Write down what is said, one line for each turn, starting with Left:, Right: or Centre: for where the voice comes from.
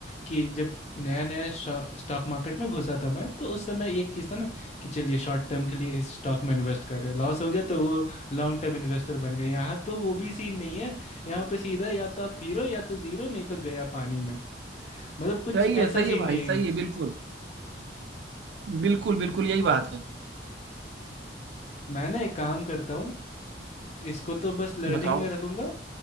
Left: कि जब नया नया स्टॉक मार्केट में घुसा था मैं तो उस समय एक चीज़ था ना कि चलिए शॉर्ट टर्म के लिए इस स्टॉक में इन्वेस्ट कर रहे हैं लॉस हो गया तो वो लॉन्ग टर्म इन्वेस्टर बन गए यहाँ तो वो भी सीन नहीं है यहाँ पे सीधा या तो आप हीरो या तो जीरो नहीं तो गया पानी में मतलब कुछ
Right: सही
Left: ऐसा
Right: है सही
Left: सीन
Right: है
Left: नहीं
Right: भाई
Left: है
Right: सही
Left: कि
Right: है बिल्कुल बिल्कुल बिल्कुल यही बात है
Left: मैं ना एक काम करता हूँ इसको तो बस लर्निंग
Right: बताओ
Left: में
Right: बताओ।
Left: रखूंगा